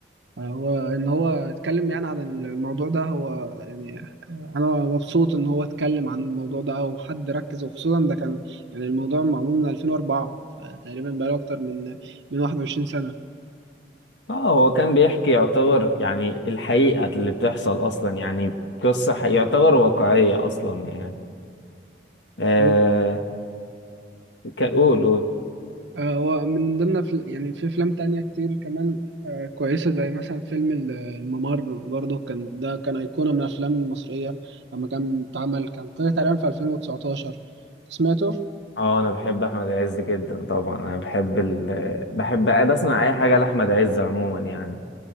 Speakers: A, on the right; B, on the left.
A: هو ان هو اتكلم يعني عن الموضوع ده هو يعني انا مبسوط ان هو اتكلم عن الموضوع ده او حد ركز وخصوصا ده كان يعني الموضوع معمول من 2004 فتقريبا بقاله اكتر من من 21 سنة
B: اه هو كان بيحكي يعتبر يعني الحقيقة اللي بتحصل أصلا يعني قصة حقيقية- يعتبر واقعية أصلا يعني آه
A: هو
B: ك- قول قول
A: هو من ضمن أفل- يعني في افلام تانية كتير كمان آه، كويسة زي مثلا فيلم ال- الممر برضه كان ده كان أيقونة من الافلام المصرية لما كان اتعمل كان طلع تقريبا في 2019 سمعته؟
B: اه انا بحب احمد عز جدا طبعا انا بحب ال... بحب بسمع اي حاجه لاحمد عز عموما يعني